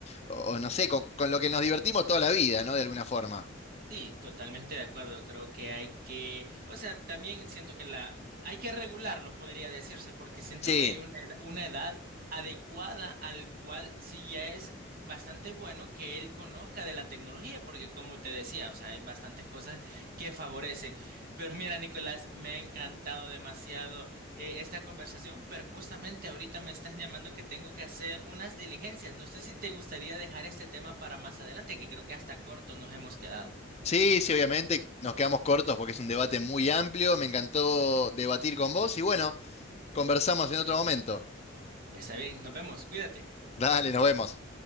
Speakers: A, on the left; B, on the right.
A: o- o no sé, con, con lo que nos divertimos toda la vida, ¿no? De alguna forma.
B: Sí, totalmente de acuerdo. Creo que hay que, o sea, también siento que la hay que regularlo, podría decirse, porque siento
A: Sí,
B: que hay una edad, una edad adecuada al cual sí ya es bastante bueno que él conozca de la tecnología, porque como te decía, o sea, hay bastantes cosas que favorecen. Pero mira, Nicolás, me ha encantado demasiado eh, esta conversación, pero justamente ahorita me están llamando que tengo que hacer unas diligencias. No sé si te gustaría dejar este tema para más adelante, que creo que hasta corto nos hemos quedado.
A: sí, sí, obviamente nos quedamos cortos porque es un debate muy amplio. Me encantó debatir con vos y bueno, conversamos en otro momento.
B: Está bien, nos vemos, cuídate.
A: Dale, nos vemos.